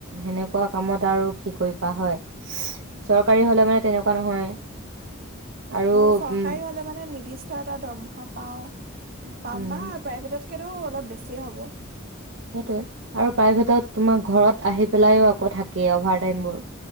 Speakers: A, on the right (about 60°); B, on the right (about 45°).
A: হেনে হোৱা কামত আৰু কি কৰিবা হয় চৰকাৰী হলে মানে তেনেকুৱা নহয় আৰু
B: অ চৰকাৰী
A: উম
B: হলে মানে নিদিচ এটা দৰমহা পাও পাম
A: উম
B: বা প্ৰাইভেটত এতো অলপ বেছিয়ে হ'ব
A: সেইটোৱে আৰু প্ৰাইভেটত তোমাৰ ঘৰত আহি পেলাই ও আকৌ থাকেই অভাৰ টাইম বোৰ